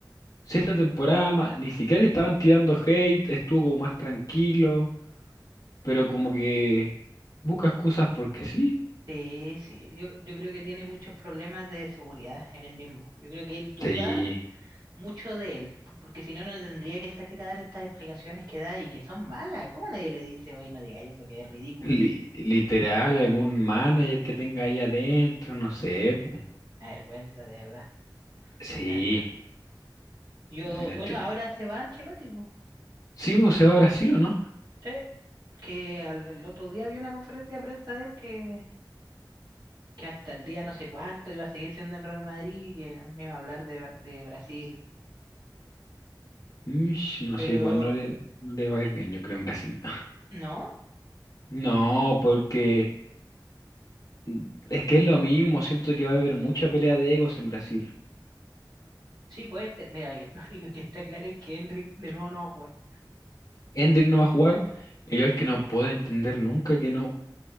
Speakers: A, on the left; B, on the right.
A: Si esta temporada ma- ni siquiera le estaban tirando hate, estuvo como más tranquilo, pero como que busca excusas porque sí.
B: Sí, sí, yo, yo creo que tiene muchos problemas de seguridad en él mismo. Yo creo que él duda
A: Sí.
B: mucho de él, p- porque si no, no tendría que salir a dar estas explicaciones que da y que son malas. ¿Cómo nadie le dice, oye, no digáis eso, que es ridículo?
A: Li- literal, algún manager que tenga ahí adentro, no sé. po.
B: Una vergüenza, de verdad,
A: Sí,
B: de verdad. Yo,
A: no, yo no
B: bueno,
A: entiendo.
B: ahora se va Ancelotti, po.
A: Sí, pues se va a Brasil o no?
B: Sí, que al, el otro día vi una conferencia de prensa de él que que hasta el día no sé cuánto iba a seguir siendo en Real Madrid, que no no iba a hablar de, Bra- de Brasil.
A: Mish, no
B: Pero
A: sé, igual no le, no le va a ir bien, yo creo, en Brasil. <laughs>
B: no,
A: No, porque mm, es que es lo mismo, siento que va a haber mucha pelea de egos en Brasil.
B: sí puede ser. Mira, yo- <laughs> lo único que está claro es que Hendrik de nuevo no va a jugar.
A: Hendrick no va a jugar. Y yo al que no puedo entender nunca que no